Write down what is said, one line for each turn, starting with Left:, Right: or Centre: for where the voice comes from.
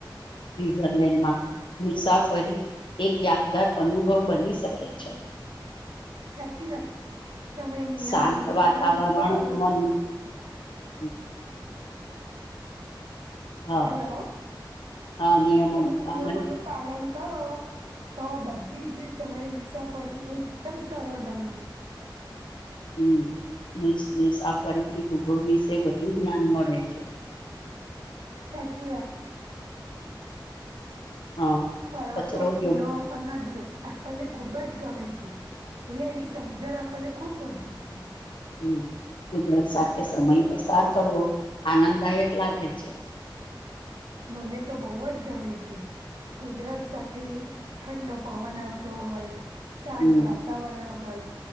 Left: સ્વિત્ઝરલેન્ડમાં મુસાફરી એક યાદગાર અનુભવ બની શકે છે.
Right: સાચી વાત છે તમે નિયમોનુ
Left: શાંત
Right: પાલન
Left: વાતાવરણ
Right: કરો.
Left: મન <unintelligible> હા
Right: હેલો
Left: હા નિયમોનું
Right: તમે નિયમો
Left: પાલન
Right: ન પાલન કરો. તો બધી જ તમારી મુસાફરી એકદમ સરળ બને છે,
Left: હમ્મ મુસાફરીથી ભૂગોળ વિશે વધુ જ્ઞાન મળે છે.
Right: સાચી વાત છે,
Left: હા.
Right: પર્વતો
Left: કચરો
Right: ખીણો
Left: યોગ્ય
Right: ન દ્યો આપણને ખુબ જ ગમે છે, એટલે એની સમજણ આપણને ખૂબ વધી છે.
Left: હમ્મ કુદરત સાથે સમય પસાર કરવો આનંદદાયક લાગે છે.
Right: મને તો બહુ જ ગમે છે. કુદરત સાથે ઠંડો પવન આવતો હોય, શાંત
Left: હમ
Right: વાતાવરણ હોય